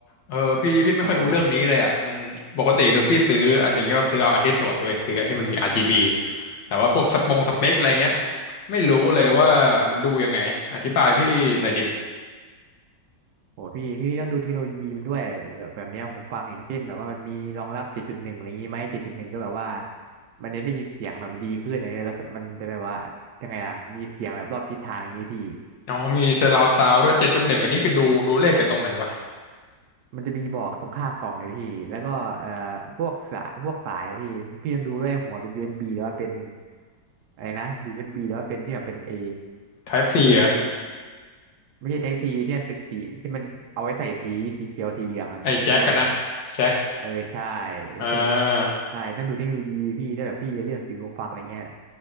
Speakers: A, on the left (about 80°); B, on the right (about 75°).
A: เออพี่พี่ไม่ค่อยรู้เรื่องนี้เลยอ่ะมันปกติคือพี่ซื้ออันหนึ่งก็ซื้อเอาอันที่สวยเว้ยซื้ออันที่มันมี
B: ใช่
A: RGB แต่ว่าพวกสปงสเปคอะไรเงี้ยไม่รู้เลยว่ามันดูยังไงอธิบายพี่หน่อยดิ
B: โหพี่พี่ต้องดูเทคโนโลยีมันด้วยแบบแบบเนี้ยหูฟังอย่างเช่นแบบว่ามันมีรองรับเจ็ดจุดหนึ่งอะไรอย่างงี้ไหมเจ็ดจุดหนึ่งก็แบบว่ามันจะได้ยินเสียงแบบดีขึ้นเลยแล้วมันจะแบบว่ายังไงล่ะมีเสียงแบบรอบทิศทางอย่างงี้พี่
A: อ๋อมี surround sound ด้วยเจ็ดจุดหนึ่งอันนี้คือดูดูเลขจากตรงไหนวะ
B: มันจะมีบอกตรงข้างกล่องเลยพี่ แล้วก็เอ่อพวกสายพวกสายพี่พี่ต้องดูด้วยหัวเป็น USB หรือว่าเป็น อะไรนะ USB หรือว่าเป็นที่แบบเป็นเอ
A: Type C
B: ที่มันเป็น
A: เหรอ
B: ไม่ใช่ไทป์ซีที่มันเป็นสีที่มันเอาไว้ใส่สีสีเขียวสีเหลืองอะเขาเรียกว่าอะไรนะ
A: ไอ้แจ็คกันนะแจ็ค
B: เออใช่
A: อ่า
B: รู้สึกใช่ต้องดูเทคโนโลยีพี่ถ้าแบบพี่จะเลือกซื้อหูฟังอะไรเงี้ย